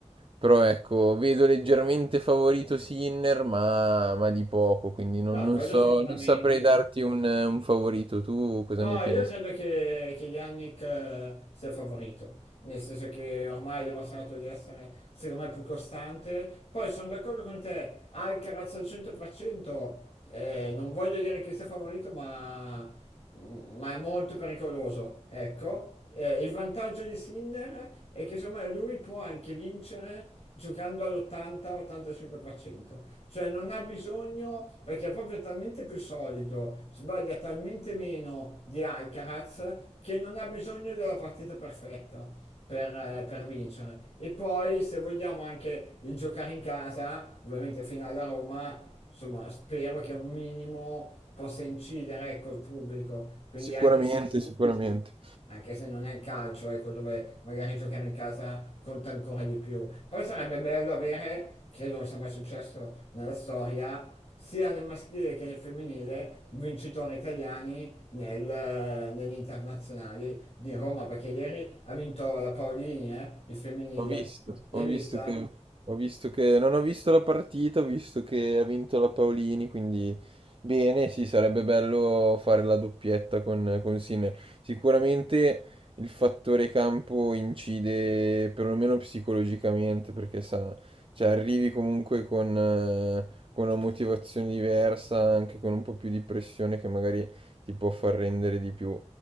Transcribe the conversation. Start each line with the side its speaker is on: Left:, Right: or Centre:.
Right: Però ecco, vedo leggermente favorito Sinner, ma, ma di poco, quindi non,
Left: No,
Right: non
Left: quello
Right: so,
Left: sicuramente.
Right: non saprei darti un, un favorito. Tu cosa
Left: No,
Right: ne pensi?
Left: io credo che, che Yannick eh, sia favorito, nel senso che ormai ha dimostrato di essere, secondo me, più costante. Poi sono d'accordo con te, Alcaraz al 100%, eh, non voglio dire che sia favorito, ma, mm, ma è molto pericoloso, ecco. Eh, il vantaggio di Sinner è che secondo me lui può anche vincere giocando all'80-85%, cioè non ha bisogno perché è proprio talmente più solido, sbaglia talmente meno di Alcaraz che non ha bisogno della partita perfetta per, eh, per vincere. E poi se vogliamo anche il giocare in casa, ovviamente finale a Roma, insomma spero che un minimo possa incidere ecco, il pubblico, quindi
Right: Sicuramente,
Left: anche se
Right: sicuramente.
Left: anche se non è il calcio, ecco, dove magari giocare in casa conta ancora di più. Poi sarebbe bello avere, credo non sia mai successo nella storia, sia nel maschile che nel femminile, vincitori italiani nel- negli internazionali di Roma, perché ieri ha vinto la Paolini, eh, il femminile.
Right: Ho visto,
Left: L'hai
Right: ho
Left: vista?
Right: visto che, ho visto che non ho visto la partita, ho visto che ha vinto la Paolini, quindi bene, sì, sarebbe bello fare la doppietta con, con Sinner. Sicuramente il fattore campo incide perlomeno psicologicamente, perché sa, cioè arrivi comunque con, eh, con una motivazione diversa, anche con un po' più di pressione che magari ti può far rendere di più.